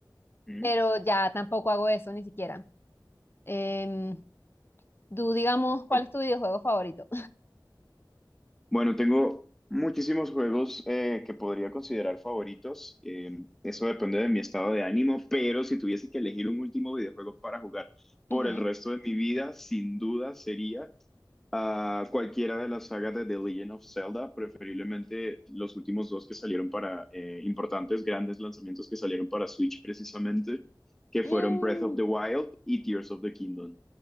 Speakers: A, in the centre; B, on the left.
A: Mm.
B: pero ya tampoco hago eso ni siquiera. Em, tú, digamos, ¿cuál
A: Ok.
B: es tu videojuego favorito?
A: Bueno, tengo muchísimos juegos eh, que podría considerar favoritos. eh, eso depende de mi estado de ánimo, pero si tuviese que elegir un último videojuego para jugar por
B: Ujú.
A: el resto de mi vida, sin duda sería ah, cualquiera de las sagas de The Legend of Zelda, preferiblemente los últimos dos que salieron para eh, importantes, grandes lanzamientos que salieron para Switch precisamente, que fueron
B: Mm,
A: Breath of the Wild y Tears of the Kingdom.